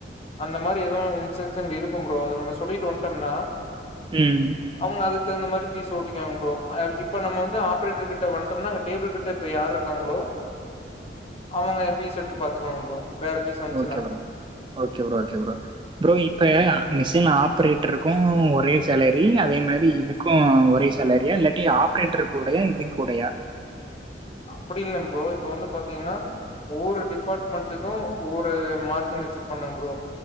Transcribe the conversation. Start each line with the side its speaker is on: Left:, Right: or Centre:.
Left: அந்த மாரி எதும் இன்ஸ்ட்ரக்ஷன் இருக்கும் ப்ரோ அத நம்ம சொல்லிட்டு வந்ட்டோம்னா
Right: ம்.
Left: அவங்க அதுக்கு தகுந்த மாரி பீஸ ஓட்டிக்கிங்வாங்க ப்ரோ இப்ப நம்ம வந்து ஆப்ரேட்டர் கிட்ட வன்ட்டோம்னா அந்த டேபிள் கிட்ட இப்ப யாரு இருக்காங்களோ
Right: <inaudible>
Left: அவங்க எ பீஸ் எடுத்து பாத்துக்குவாங்க ப்ரோ வேற பீஸ் வன்ச்சுன்னா
Right: ஓகே bro okay bro okay bro bro இப்ப மிஷின் ஆப்ரேட்ருக்கு ஒரே சேலரி அதே மாரி இதுக்கு ஒரே சேலரியா இல்லாட்டி ஆப்ரேட்டர் கூடையா இதுக் கூடையா <inaudible>
Left: அப்படி இல்லங்க ப்ரோ இப்ப வந்து பாத்தீங்கன்னா ஒவ்வொரு டிபார்ட்மெண்ட்டுக்கு ஒரு மார்ஜின் வச்சிருப்பானுங்க ப்ரோ